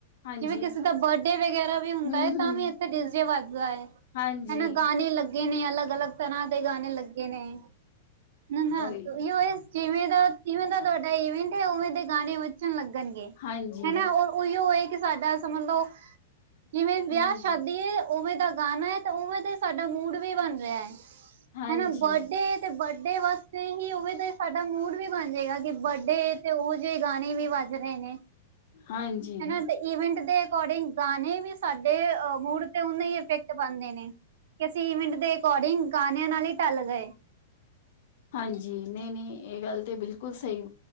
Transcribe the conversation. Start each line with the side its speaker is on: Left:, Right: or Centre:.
Left: ਹਾਂਜੀ
Right: ਜਿਵੇਂ ਕਿਸੇ ਦਾ ਬਰਡੇ ਵਗੈਰਾ ਵੀ ਹੁੰਦਾ
Left: ਹੂੰ-ਹੂੰ
Right: ਹੈ ਤਾਂ ਵੀ ਇੱਥੇ ਡੀਜੇ ਵੱਜਦਾ ਹੈ
Left: ਹਾਂਜੀ।
Right: ਹੈ ਨਾ ਗਾਣੇ ਲੱਗੇ ਨੇ ਅਲੱਗ ਅਲੱਗ ਕਈ ਤਰ੍ਹਾਂ ਦੇ ਗਾਣੇ ਲੱਗੇ ਨੇ ਹਨਾ
Left: ਉਹੀ
Right: ਦੋ ਅਸ <unintelligible> ਜਿਵੇਂ ਦਾ ਜਿਵੇਂ ਦਾ ਤੁਹਾਡਾ ਇਵੈਂਟ ਹੈ ਉਵੇਂ ਦੇ ਗਾਣੇ ਵਜਣ ਲੱਗਣਗੇ
Left: ਹਾਂਜੀ
Right: ਹੈ ਨਾ ਉਹ ਉਹੀਓ ਏ ਕਿ ਸਾਡਾ ਸਮਝ ਲਓ ਜਿਵੇਂ ਵਿਆਹ
Left: ਹੂੰ
Right: ਸ਼ਾਦੀ ਏ ਉਵੇਂ ਦਾ ਗਾਣਾ ਹੈ ਤੇ ਉਵੇਂ ਦਾ ਸਾਡਾ ਮੂੜ ਵੀ ਬਣ ਰਿਹਾ ਹੈ
Left: ਹਾਂਜੀ-ਹਾਂਜੀ।
Right: ਹੈ ਨਾ ਬਰਥਡੇ। ਤੇ ਬਰਥਡੇ ਵਾਸਤੇ ਹੀ ਉਵੇ ਤਾਂ ਸਾਡਾ ਮੂੜ ਵੀ ਬਣ ਜਾਏਗਾ ਕਿ ਬਰਥਡੇ ਤੇ ਉਹ ਜਿਹੇ ਗਾਣੇ। ਨੀ ਵੀ ਵੱਜ ਰਹੇ ਨੇ।
Left: ਹਾਂਜੀ
Right: ਹਨਾ ਤੇ ਈਵੈਂਟ ਦੇ ਅਕੋਰਡਿੰਗ ਗਾਣੇ ਵੀ ਸਾਡੇ ਮੂਡ ਤੇ ਉਨੇ ਹੀ ਅਫੈਕਟ ਪਾਉਦੇ ਨੇ। ਕਿ ਅਸੀਂ ਈਵੈਂਟ ਦੇ ਅਕੋਰਡਿੰਗ ਗਾਣਿਆਂ ਨਾਲ ਹੀ ਢਲ ਗਏ।
Left: ਹਾਂਜੀ ਨਹੀਂ ਨਹੀਂ ਇਹ ਗੱਲ ਤੇ ਬਿਲਕੁਲ ਸਹੀ